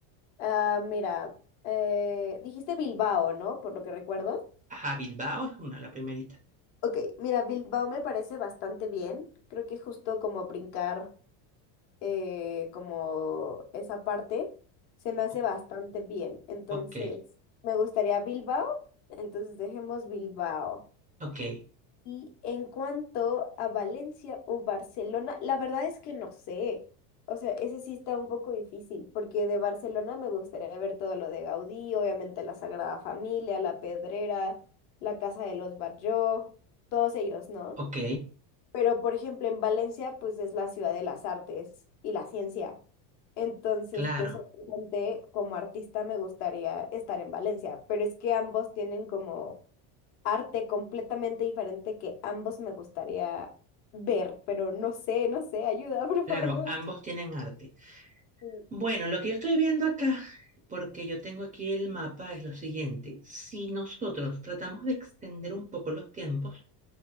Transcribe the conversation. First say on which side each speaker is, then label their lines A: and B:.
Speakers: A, on the left; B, on the right.
A: Ah, mira, eh, dijiste Bilbao, ¿no? Por lo que recuerdo.
B: Ajá, Bilbao es una, la primerita.
A: Ok, mira, Bilbao me parece bastante bien. Creo que justo como brincar eh, como esa parte se me hace
B: O-
A: bastante bien. Entonces,
B: ok,
A: me gustaría Bilbao. Entonces, dejemos Bilbao.
B: ok,
A: Y en cuanto a Valencia o Barcelona, la verdad es que no sé. O sea, ese sí está un poco difícil, porque de Barcelona me gustaría ver todo lo de Gaudí, obviamente la Sagrada Familia, la Pedrera, la Casa de los Batlló, todos ellos, ¿no?
B: ok,
A: Pero, por ejemplo, en Valencia, pues es la ciudad de las artes y la ciencia. Entonces,
B: claro.
A: pues obviamente como artista me gustaría estar en Valencia, pero es que ambos tienen como arte completamente diferente que ambos me gustaría ver, pero no sé, no sé, ayuda, <laughs> por
B: Claro,
A: favor.
B: ambos tienen arte.
A: Sí,
B: Bueno, lo que yo estoy viendo acá, porque yo tengo aquí el mapa, es lo siguiente. Si nosotros tratamos de extender un poco los tiempos,